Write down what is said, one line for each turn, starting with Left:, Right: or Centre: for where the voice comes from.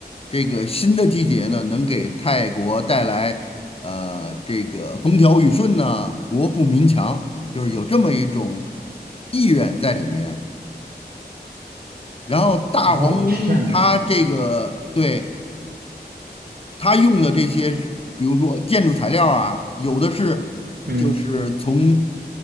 Left: 这个新的季节呢能给泰国带来呃这个风调雨顺呐、国富民强，就是有这么一种意愿在里面。然后大皇宫它这个对。
Right: 哦，是这样子。
Left: 他用的这些，比如说建筑材料啊，有的是就是从
Right: 嗯，